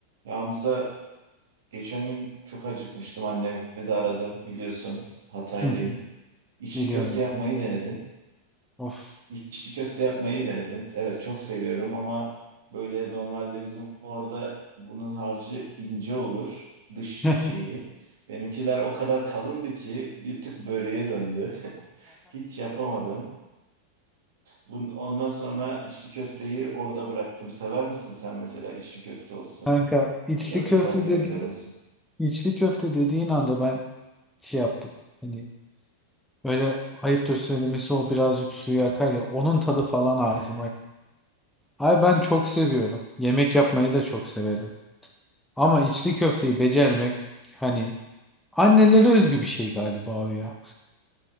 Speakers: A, on the right (about 60°); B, in the centre.
A: Ramza geçen gün çok acıkmıştım. Annemi de aradım biliyorsun. Hataylıyım.
B: Hı hı,
A: İçli
B: Biliyorum.
A: köfte yapmayı denedim.
B: Of.
A: İçli köfte yapmayı denedim. Evet çok seviyorum ama böyle normalde bizim orada bunun harcı ince olur. Dış
B: <laughs>
A: şeyi. Benimkiler o kadar kalındı ki bir tık böreğe döndü. <laughs> Hiç yapamadım. Bun, ondan sonra içli köfteyi orada bıraktım. Sever misin sen mesela içli köfte olsun
B: Kanka içli
A: ya da
B: köfte
A: bu tarz yemekler
B: dediğin
A: olsun?
B: içli köfte dediğin anda ben şey yaptım. Hani böyle ayıptır söylemesi o birazcık suyu akar ya onun tadı falan ağzıma.
A: <laughs>
B: Ay ben çok seviyorum. Yemek yapmayı da çok severim. Ama içli köfteyi becermek hani annelere özgü bir şey galiba o ya.